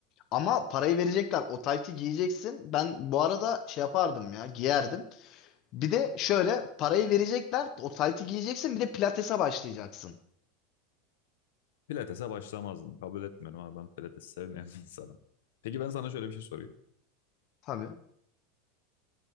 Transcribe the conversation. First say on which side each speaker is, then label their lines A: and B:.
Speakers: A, on the left; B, on the left.
A: Ama parayı verecekler. O taytı giyeceksin. Ben bu arada şey yapardım ya giyerdim. Bir de şöyle parayı verecekler. O taytı giyeceksin bir de pilatese başlayacaksın.
B: pilatese başlamazdın. Kabul etmiyorum ama ben pilates sevmeyen bir insanım. Peki ben sana şöyle bir şey sorayım.
A: Tabii.